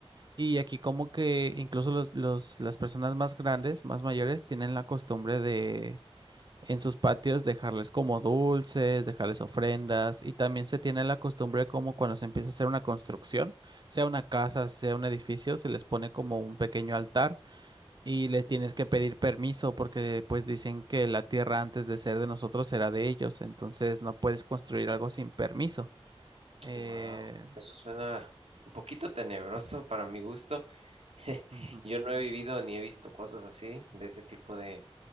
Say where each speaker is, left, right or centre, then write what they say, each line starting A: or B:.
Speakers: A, on the right; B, on the right.
A: Y aquí como que incluso los, los- las personas más grandes, más mayores, tienen la costumbre de en sus patios dejarles como dulces, dejarles ofrendas y también se tiene la costumbre como cuando se empieza a hacer una construcción, sea una casa, sea un edificio, se les pone como un pequeño altar y les tienes que pedir permiso porque pues dicen que la tierra antes de ser de nosotros era de ellos, entonces no puedes construir algo sin permiso. Eh,
B: Wow. Eso suena un poquito tenebroso para mi gusto. <laughs>
A: ujú,
B: Yo no he vivido ni he visto cosas así, de ese tipo de